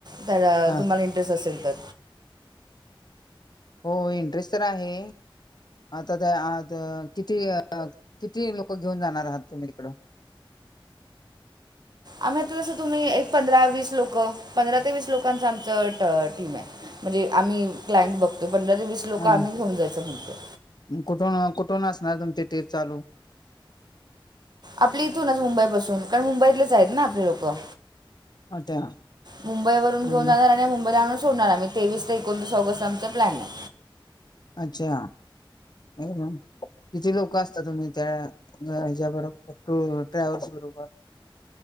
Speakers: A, on the right; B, on the left.
A: त्याला
B: हा.
A: तुम्हाला इंटरेस्ट असेल तर.
B: हो इंटरेस्ट तर आहे. आता ते आ आता किती अ किती लोकं घेऊन जाणार आहात तुम्ही तिकडं?
A: आम्ही आता जसं तुम्ही एक पंधरा वीस लोकं पंधरा ते वीस लोकांच आमचा ट टीम आहे. म्हणजे आम्ही क्लायंट बघतोय पंधरा ते वीस लोकं
B: आणि
A: आम्ही घेऊन जायचं म्हणतो.
B: कुठून कुठून असणार तुमची ट्रिप चालू?
A: आपले इथूनच मुंबई पासून कारण मुंबईतलेच आहेत ना आपले लोकं.
B: अच्छा
A: मुंबई वरून
B: हम्म.
A: घेऊन जाणार आणि मुंबईला आणून सोडणार आम्ही तेवीस ते एकोणतीस ऑगस्ट आमचं प्लॅन आहे.
B: अच्छा एकदम किती लोक असता तुम्हीं त्या हेच्या बरोबर, ट्रॅव्हल्स बरोबर?